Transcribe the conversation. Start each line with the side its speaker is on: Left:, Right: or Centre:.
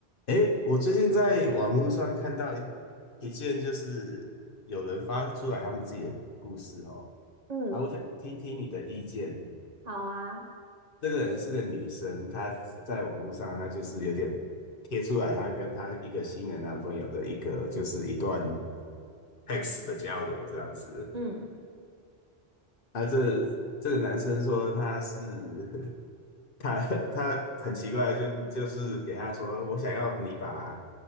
Left: 诶，我最近在网络上看到一一件，就是有人发出来他们自己的故事哦，
Right: 嗯，
Left: 啊，我想听听你的意见。
Right: 好啊，
Left: 这个人是个女生，她在网络上，她就是有点贴出来，她跟她一个新的男朋友的一个，就是一段 text 的交流这样子。
Right: 嗯
Left: 啊，这这个男生说他是 <laughs> 他他很奇怪，就就是给他说，我想要你把